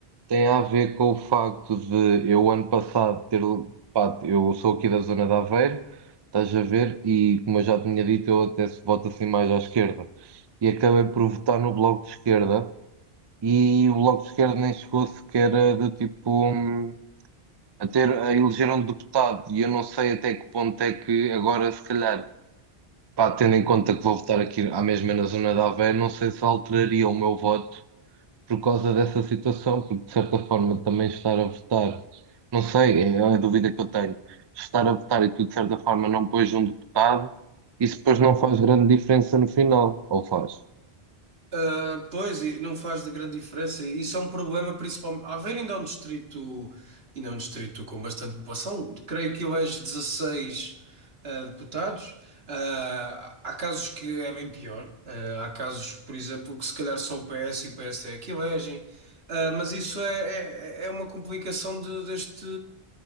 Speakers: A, on the right; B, on the right.
A: tem a ver com o facto de eu ano passado ter, pá, eu sou aqui da zona de Aveiro, estás a ver, e como eu já tinha dito, eu até se voto assim mais à esquerda. E acabei por votar no Bloco de Esquerda e o Bloco de Esquerda nem chegou sequer a, do tipo, hum, a ter, a eleger um deputado e eu não sei até que ponto é que agora se calhar Pá, tendo em conta que vou votar aqui à mesma na zona de Aveiro, não sei se alteraria o meu voto por causa dessa situação, porque de certa forma também estar a votar, não sei, é a dúvida que eu tenho. Estar a votar e tu de certa forma não pões um deputado, isso depois não faz grande diferença no final, ou faz?
B: Ah, pois, e não faz de grande diferença. E Isso é um problema, principalmente. Aveiro ainda é um distrito, ainda é um distrito com bastante população. Creio que elege 16 ah, deputados. Ah, há casos que é bem pior. Ah, há casos, por exemplo, que se calhar só o PS e o PSD é que elegem. Ah, mas isso é, é, é uma complicação de- deste,